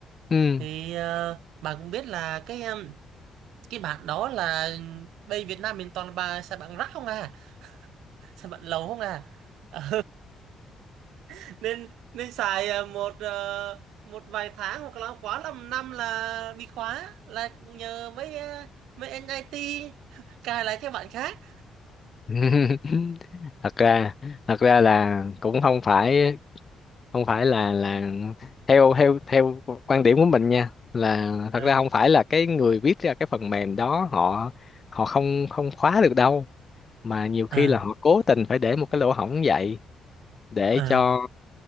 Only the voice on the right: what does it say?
thì ờ, bạn cũng biết là cái em, cái bạn đó là bây Việt Nam mình toàn là bà xài bạn rác không à xài bạn lầu không à Ờ, <laughs> nên nên xài ờ, một ờ, một vài tháng hoặc là quá lắm năm là bị khóa là cũng nhờ mấy ờ, mấy anh IT <laughs> cài lại cái bạn khác
à
à
à